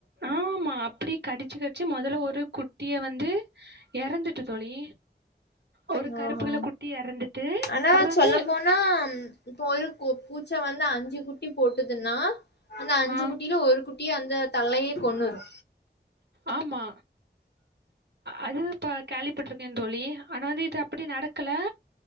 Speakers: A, on the right; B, on the left.
A: ஆமா அப்டி கடிச்சு கடிச்சு முதல்ல ஒரு குட்டிய வந்து இறந்துட்டு தோழி ஒரு
B: ஆ
A: கருப்புல
B: ஹா
A: குட்டி எறந்துட்டு
B: ஆனா
A: அப்புறம்
B: சொல்ல
A: வந்து
B: போனா இப்ப ஒரு பூச்சை வந்து அஞ்சு குட்டி போட்டுதுன்னா அந்த அஞ்சு
A: ஆ
B: குட்டியில ஒரு குட் டிய அந்த தள்ளயே கொன்னுரு
A: ஆமா அது பா கேலிப்பட்டுருக்கே தோழி ஆனா இது அப் அப்டி நடக்கல